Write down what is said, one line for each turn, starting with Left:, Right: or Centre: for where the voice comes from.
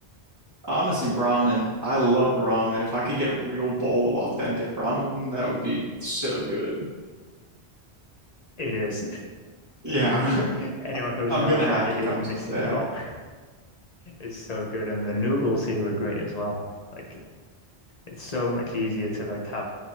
Right: honestly, ramen. I love ramen. If I could get a real bowl of authentic ramen, that would be so good.
Left: It is.
Right: Yeah,
Left: <laughs>
Right: <laughs>
Left: Anyone who's
Right: I'm
Left: not
Right: gonna
Left: tried
Right: have
Left: it
Right: to come
Left: is missing
Right: someday.
Left: out. It's so good, and the noodles here are great as well. Like, it's so much easier to like have